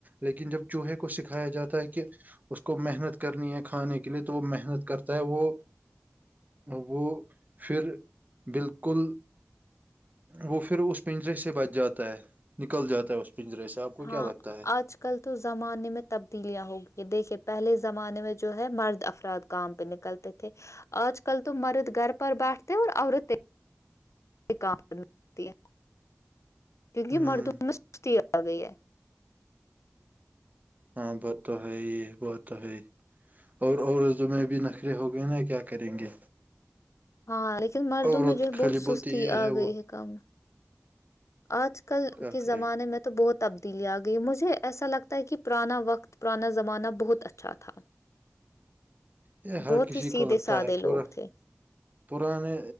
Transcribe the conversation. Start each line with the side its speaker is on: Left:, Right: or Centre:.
Right: لیکن جب چوہے کو سکھایا جاتا ہے کہ اس کو محنت کرنی ہے کھانے کے لیے تو وہ محنت کرتا ہے وہ وہ پھر بالکل وہ پھر اس پنجرے سے بچ جاتا ہے نکل جاتا ہے اس پنجرے سے آپ کو
Left: ہاں
Right: کیا لگتا ہے
Left: آج کل تو زمانے میں تبدیلیاں ہو گئی ہیں دیکھیے پہلے زمانے میں جو ہے مرد افراد کام پہ نکلتے تھے آج کل تو مرد گھر پر بیٹھتے اور عورتیں کام کرتی ہے کیونکہ
Right: ہوں
Left: مردوں میں سستی آ گئی ہے
Right: ہاں تو ہے بت ہے اور اورض میں ا بھی نخرے ہو گئے نا کیا کریں گے
Left: ہاں لیکن مردوں
Right: عورت
Left: میں جو ہے
Right: خالی
Left: بہت سستی
Right: بولتی یہ
Left: آ گئی
Right: وہ
Left: ہے کام آج کل
Right: کیا
Left: کے
Right: کرے
Left: زمانے میں تو بہت تبدیلی آ گئی مجھے ایسا لگتا ہے کہ پرانا وقت پرانا زمانہ بہت اچھا تھا
Right: یہ ہر
Left: بہت
Right: کسی
Left: ہی سیدھے
Right: کو لگتا
Left: سادے
Right: ہے
Left: لوگ
Right: پورا
Left: تھے
Right: پرانے